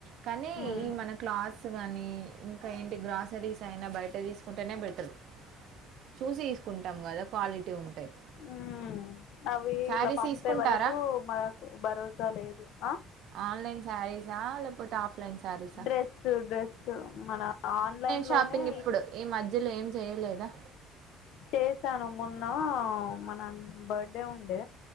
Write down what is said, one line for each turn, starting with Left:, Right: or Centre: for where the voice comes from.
Right: కానీ
Left: ఉమ్,
Right: ఈ మన క్లాత్స్ గానీ ఇంకా ఏంటి గ్రాసరీస్ అయినా బయట తీసుకుంటేనే బెటర్ చూసి తీసుకుంటాం కదా క్వాలిటీ ఉంటాయి
Left: ఉ అవి
Right: శారీస్
Left: ఇట్లా పంపే
Right: తీసుకుంటారా
Left: వరకు మాకు భరోసా లేదు ఆ
Right: ఆన్లైన్ శారీసా లేకపోతే ఆఫ్లైన్ శారీసల
Left: డ్రెస్ డ్రెస్ మన ఆన్లైన్లోనే
Right: షాపింగ్ ఇప్పుడు ఈ మధ్యలో ఏం చెయలేదా
Left: చేసాను మొన్న మన బర్త్డే ఉండే